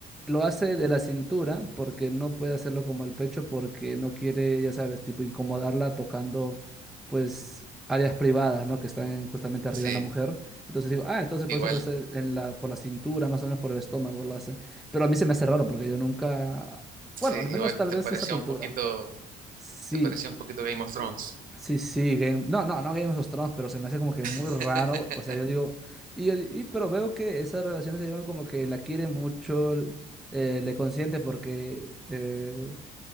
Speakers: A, in the centre; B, on the right.
A: lo hace de la cintura, porque no puede hacerlo como el pecho, porque no quiere, ya sabes, tipo incomodarla tocando, pues, áreas privadas, ¿no? Que están justamente arriba
B: sí,
A: en la mujer. Entonces digo, ah, entonces
B: igual,
A: por eso lo hace en la, por la cintura, más o menos por el estómago lo hace. Pero a mí se me hace raro porque yo nunca,
B: sí,
A: bueno, al
B: igual
A: menos tal
B: te
A: vez
B: parecía
A: esa cultura.
B: un poquito,
A: Sí,
B: te parecía un poquito Game of Thrones.
A: Sí, sí, Game... no, no, no Game of Thrones, pero se me hace como que muy
B: <laughs>
A: raro, o sea, yo digo, y, yo di- y- pero veo que esas relaciones se llevan como que la quiere mucho, eh, le consiente porque eh,